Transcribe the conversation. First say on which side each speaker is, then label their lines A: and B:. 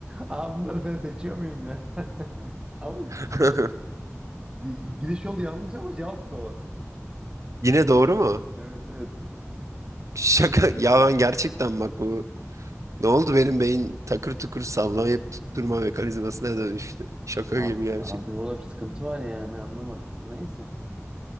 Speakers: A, on the right; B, on the right.
A: Aa, bunları ben seçiyor muyum ya? <laughs> Ama y-
B: <laughs>
A: y- gidiş yolu yanlış ama cevap doğru.
B: Yine doğru mu?
A: Evet evet.
B: Şaka <laughs> ya ben gerçekten bak bu ne oldu benim beyin takır tukur sallamayıp tutturma mekanizmasına dönüştü. Şaka
A: Abi,
B: gibi gerçek.
A: abi burada bir sıkıntı var ya ben anlamadım. Neyse.